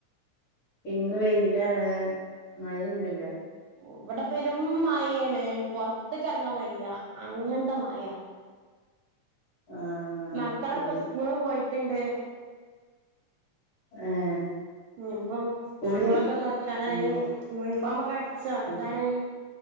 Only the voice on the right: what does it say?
ഓഹ് ബടെ പെരും മയേണ് പൊർ ത്ത്ക്കർങ്ങാം വയ്യ അങ്ങൻത്തെ മയ
മക്കളൊക്കെ
സ്കൂള് പോയിറ്റ്ണ്ട്
ഞ് പ്പം
സ്കൂളക്കെ തൊർക്കാനായി
യൂനിഫോമൊക്കെ അട്ച്ചോ എന്താണ്